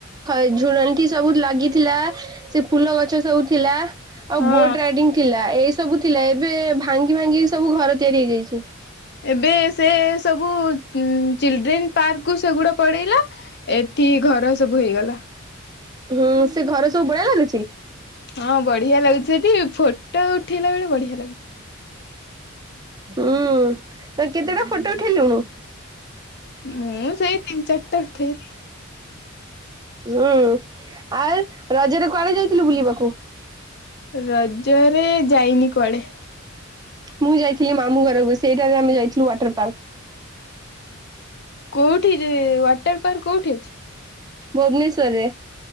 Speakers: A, on the right (about 20°); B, on the left (about 55°).
A: <inaudible> ସବୁ ଲାଗିଥିଲା ସେ ଫୁଲ ଗଛ ସବୁ ଥିଲା ଆଉ
B: ହଁ।
A: ବୋଟ ରାଇଡିଙ୍ଗ ଥିଲା ଏଇ ସବୁ ଥିଲା ଏବେ ଭାଙ୍ଗି ଭାଙ୍ଗି ସବୁ ଘର ତିଆରି ହେଇଯାଇଛି।
B: ଏବେ ସେ ସବୁ ଚିଲଡ୍ରେନ୍ ପାର୍କ କୁ ସେଗୁଡା ପଡେଇଲା ଏତିି ଘର ସବୁ ହେଇଗଲା।
A: ହୁଁ ସେ ଘରେ ସବୁ ଭଳିଆ ଲାଗୁଛି?
B: ହଁ ବଢିଆ ଲାଗୁଛି ସେଠି ଫୋଟୋ ଉଠେଇଲା ବେଳେ ବଢିଆ ଲାଗୁଛି।
A: ହୁଁ କେତେଟା ଫଟୋ ଉଠେଇଲୁଣୁ
B: ହୁଁ ମୁ ସେଇ ତିନି ଚାରି ଟା ଉଠେଇଲି
A: ହୁଁ ଆଉ ରଜରେ କୁଆଡେ ଯାଇଥିଲୁ ବୁଲିବାକୁ?
B: ରଜରେ ଯାଇନି କୁଆଡେ
A: ମୁଁ ଯାଇଥିଲି ମାମୁଁ ଘରକୁ ସେଇ ଠାରୁ ଆମେ ଯାଇଥିଲୁ ୱାଟର ପାର୍କ।
B: କୋଉଠି ଯେ ୱାଟର ପାର୍କ କୋଉଠି ଅଛି?
A: ଭୁବନେଶ୍ୱରରେ।